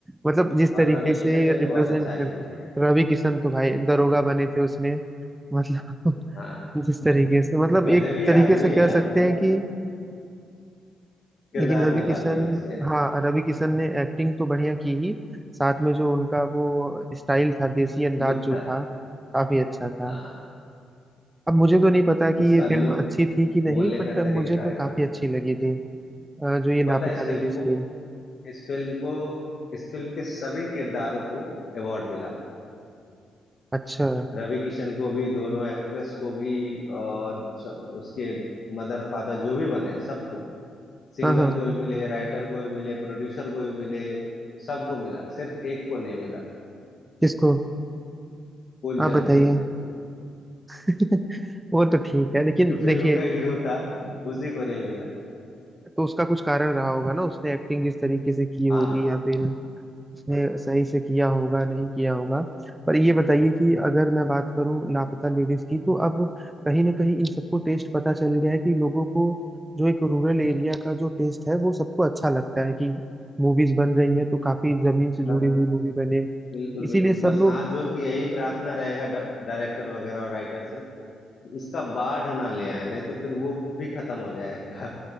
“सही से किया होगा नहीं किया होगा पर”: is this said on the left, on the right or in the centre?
Right